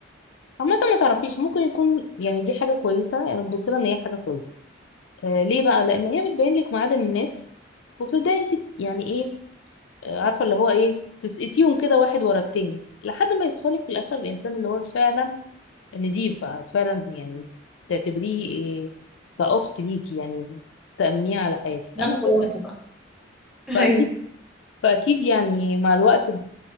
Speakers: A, on the left; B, in the centre.
A: عامة ما تعرفيش ممكن يكون يعني دي حاجة كويسة يعني تبص لها ان هي حاجة كويسة آه ليه بقى لان هي بتبين لك معادن الناس وبتبداي انت يعني ايه آه، عارفه اللي هو ايه تسقطيهم كده واحد ورا التاني لحد ما يصفى لك في الاخر الانسان اللي هو فعلا نضيف فعلا يعني تعتبريه إيه كاخت ليكي يعني تستأمنيه على حياتك
B: ده
A: انا
B: الخلاصه
A: فعلا
B: بقى <laughs>
A: فاكيد
B: ايوه
A: فاكيد يعني مع الوقت ب-